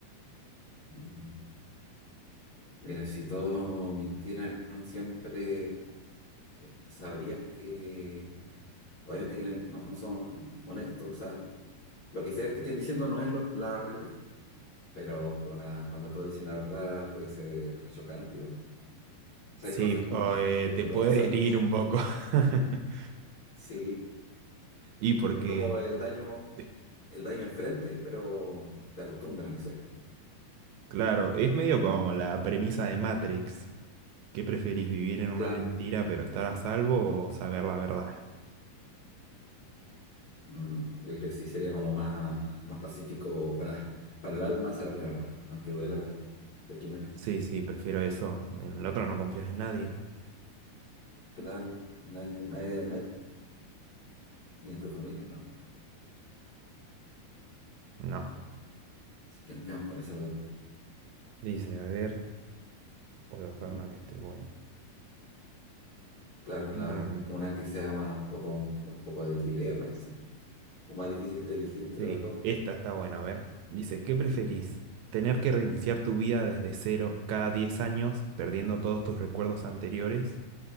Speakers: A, on the left; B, on the right.
A: Mm, Mira, si todos mintieran siempre, eh, sabrías que obviamente que no, no son honestos, o sea, lo que sea que estén diciendo no es lo- la realidad. pero con cuando, cuando todos dicen la verdad puede ser chocante igual. O sea,
B: Sí,
A: hay cosas como
B: o, eh,
A: <laughs> pudorosas,
B: te puede herir
A: no sé.
B: un poco. <laughs>
A: Sí,
B: Y porque,
A: es como el daño,
B: eh,
A: el daño enfrente, pero te acostumbras, no sé.
B: claro, es medio como la premisa de Matrix. ¿Qué preferís, vivir en una
A: Claro,
B: mentira pero estar a salvo o saber la verdad?
A: Mm, yo creo que sí sería como más, más pacífico para, para el alma saber la verdad, aunque duela de primeras.
B: Sí, sí, prefiero eso. En el otro no confías en nadie.
A: Claro, nadie, nadie de nadie, ni en tu familia, no.
B: No.
A: Así que nos quedamos con esas los dos.
B: Dice, a ver, voy a buscar
A: Ujú.
B: una que esté buena.
A: Claro, la,
B: Em,
A: una que sea más, poco, con un poco de dilema, quizá. o más difícil de elegir entre
B: sí,
A: las dos,
B: esta está buena, a ver. Dice, ¿qué preferís? ¿Tener que reiniciar tu vida desde cero cada 10 años, perdiendo todos tus recuerdos anteriores?